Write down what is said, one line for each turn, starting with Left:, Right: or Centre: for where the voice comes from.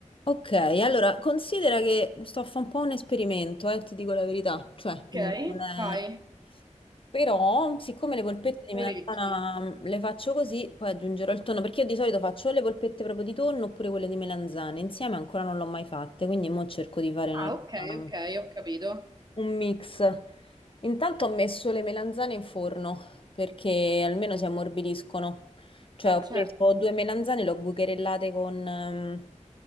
Left: Ok, allora considera che sto a fare un po' un esperimento, eh, ti dico la verità. Cioè,
Right: Ok,
Left: mm, non è-
Right: vai.
Left: Però, siccome le polpette di melanzana
Right: Orecchie.
Left: mm, le faccio così, poi aggiungerò il tonno, perché io di solito faccio o le polpette proprio di tonno oppure quelle di melanzane. Insieme ancora non l'ho mai fatte, quindi mo cerco di fare una...
Right: Ah, ok,
Left: roba.
Right: ok, ho capito.
Left: Un mix. Intanto ho messo le melanzane in forno perché almeno si ammorbidiscono. Cioè,
Right: Eh,
Left: ho
Right: certo,
Left: preso due melanzane, le ho bucherellate con, ehm,